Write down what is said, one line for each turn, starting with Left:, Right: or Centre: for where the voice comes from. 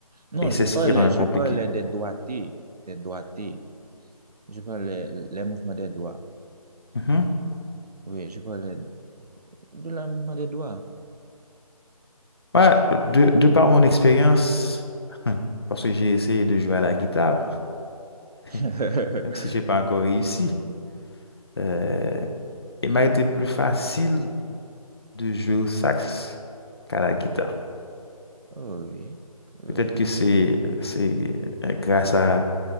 Right: Non,
Left: Et
Right: je
Left: c'est
Right: parlais,
Left: ce qui rend
Right: je
Left: compliqué.
Right: parlais des doigtés, des doigtés. Je parle les, les mouvements des doigts.
Left: Mhm.
Right: Oui, je parle de la mouvement des doigts.
Left: Ouais, de, de par mon expérience, <laughs> parce que j'ai essayé de jouer à la guitare,
Right: <laughs>
Left: <laughs> même si j'ai pas encore réussi, euh, il m'a été plus facile de jouer au sax qu'à la guitare.
Right: Oh oui, oui.
Left: Peut-être que c'est c'est euh, grâce à,